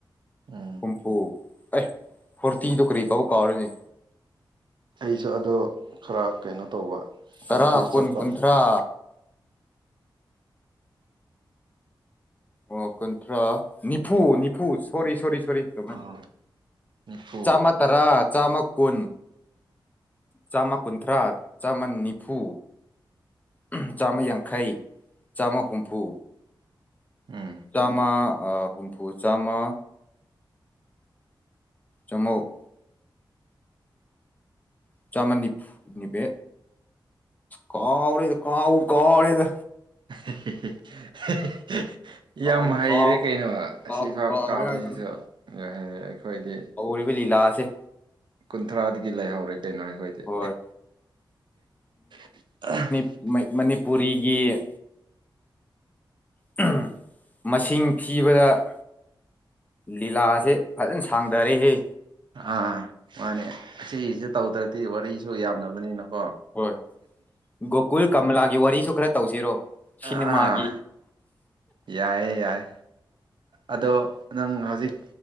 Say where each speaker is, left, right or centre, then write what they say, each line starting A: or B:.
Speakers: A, on the right (about 65°); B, on the left (about 20°).
A: ꯎꯝ
B: ꯍꯨꯝꯐꯨ ꯑꯩ ꯐꯣꯔꯇꯤ ꯗꯨ ꯀꯔꯤ ꯀꯧꯕ ꯀꯥꯎꯔꯦꯅꯦ
A: ꯑꯩꯁꯨ ꯑꯗꯣ ꯈꯔ ꯀꯩꯅꯣ ꯇꯧꯕ
B: ꯇꯔꯥ
A: ꯀꯟꯐ꯭ꯌꯨꯁ
B: ꯀꯨꯟ
A: ꯆꯠꯄ
B: ꯀꯨꯟꯊ꯭ꯔꯥ ꯑꯣ ꯀꯟꯇ꯭ꯔꯥ ꯅꯤꯐꯨ ꯅꯤꯐꯨ ꯁꯣꯔꯤ ꯁꯣꯔꯤ ꯁꯣꯔꯤ <unintelligible>
A: ꯑꯥ ꯅꯤꯐꯨ
B: ꯆꯥꯝꯃ ꯇꯔꯥ ꯆꯥꯝꯃ ꯀꯨꯟ ꯆꯥꯝꯃ ꯀꯨꯟꯊ꯭ꯔꯥ ꯆꯥꯝꯃ ꯅꯤꯐꯨ <unintelligible> ꯆꯥꯝꯃ ꯌꯥꯡꯈꯩ ꯆꯥꯝꯃ ꯍꯨꯝꯐꯨ
A: ꯎꯝ
B: ꯆꯥꯃ ꯍꯨꯝꯐꯨ ꯆꯥꯝꯃ ꯆꯃꯧ ꯆꯃꯟꯅꯤꯐꯨ ꯅꯤꯄꯦ ꯀꯥꯎꯔꯦꯗ ꯀꯥꯎꯕꯨ ꯀꯥꯎꯔꯦꯗ
A: <unintelligible>
B: ꯀꯥꯎꯕꯨ
A: ꯌꯥꯝ ꯍꯩꯔꯦ
B: ꯀꯥꯎ
A: ꯀꯩꯅꯣ
B: ꯀꯥꯎꯕꯨ
A: ꯑꯁꯤꯐꯥꯎ
B: ꯀꯥꯎꯔꯦ
A: ꯀꯥꯎꯕꯁꯤꯖꯨ
B: ꯍꯥꯏꯗꯨꯅꯤ
A: ꯑꯈꯣꯏꯗꯤ
B: ꯍꯧꯔꯤꯕ ꯂꯤꯂꯥꯥꯁꯦ
A: ꯀꯨꯟꯊ꯭ꯔꯥꯗꯒꯤ ꯂꯩꯍꯧꯔꯦ ꯀꯩꯅꯣ ꯑꯈꯣꯏꯗꯤ
B: ꯍꯣꯏ
A: <unintelligible>
B: ꯃꯩ ꯃꯅꯤꯄꯨꯔꯤꯒꯤ <unintelligible> ꯃꯁꯤꯡ ꯊꯤꯕꯗ ꯂꯤꯂꯥꯁꯦ ꯐꯖꯟ ꯁꯥꯡꯗꯔꯦꯍꯦ
A: ꯑꯥ ꯃꯥꯅꯦ ꯁꯤꯒꯤꯖꯦ ꯇꯧꯗ꯭ꯔꯗꯤ ꯋꯥꯔꯤꯁꯨ ꯌꯥꯝꯗꯕꯅꯤꯅꯀꯣ
B: ꯍꯣꯏ ꯒꯣꯀꯨꯜ ꯀꯃꯂꯥꯒꯤ ꯋꯥꯔꯤꯁꯨ ꯈ꯭ꯔ ꯇꯧꯁꯤꯔꯣ ꯁꯤꯅꯦꯃꯥꯒꯤ
A: ꯑꯥ ꯌꯥꯏꯌꯦ ꯌꯥꯏ ꯑꯗꯣ ꯅꯪ ꯍꯧꯖꯤꯛ